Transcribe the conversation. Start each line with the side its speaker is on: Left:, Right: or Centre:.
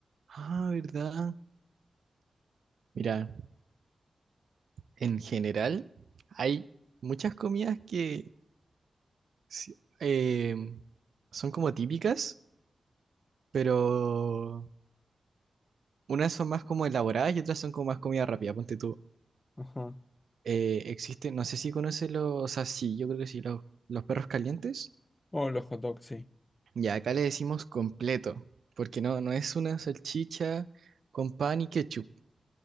Right: Ah, ¿verdad? Mira, en general hay muchas comidas que sí, eh, son como típicas, pero unas son más como elaboradas y otras son como más comida rápida. Ponte tú.
Left: Ajá.
Right: Eh, existe, no sé si conoces los, o sea, sí, yo creo que sí, los, los perros calientes.
Left: Oh, los hot dogs, sí.
Right: Ya, acá le decimos completo, porque no, no es una salchicha con pan y ketchup.